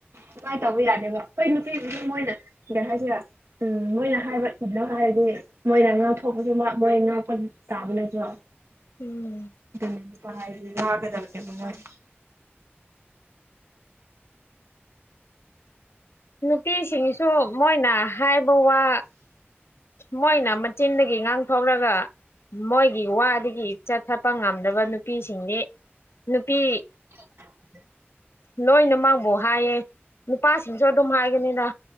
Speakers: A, on the right; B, on the left.
A: ꯗꯨꯃꯥꯏ ꯇꯧꯕ ꯌꯥꯗꯦꯕ ꯍꯣꯏ ꯅꯨꯄꯤꯕꯨꯗꯤ ꯃꯣꯏꯅ ꯒꯩ ꯍꯥꯏꯁꯤꯔꯥ ꯎꯝ ꯃꯣꯏꯅ ꯍꯥꯏꯕ ꯏꯜꯂꯣ ꯍꯥꯏꯔꯗꯤ ꯃꯣꯏꯅ ꯉꯥꯛꯊꯣꯛꯄꯗꯨꯃꯛ ꯃꯣꯏ ꯉꯥꯛꯄ ꯇꯥꯕ ꯅꯠꯇ꯭ꯔꯣ
B: ꯎꯝ
A: <unintelligible>
B: ꯅꯨꯄꯤꯁꯤꯡꯁꯨ ꯃꯣꯏꯅ ꯍꯥꯏꯕ ꯋꯥ ꯃꯣꯏꯅ ꯃꯆꯤꯟꯗꯒꯤ ꯉꯥꯡꯊꯣꯛꯔꯒ ꯃꯣꯏꯒꯤ ꯋꯥꯗꯒꯤ ꯆꯠꯊꯄ ꯉꯝꯗꯕ ꯅꯨꯄꯤꯁꯤꯡꯗꯤ ꯅꯨꯄꯤ-
A: <inaudible>
B: ꯂꯣꯏꯅ ꯃꯥꯡꯕꯣ ꯍꯥꯏꯌꯦ ꯅꯨꯄꯥꯁꯤꯡꯁꯨ ꯑꯗꯨꯝ ꯍꯥꯏꯕꯅꯤꯗ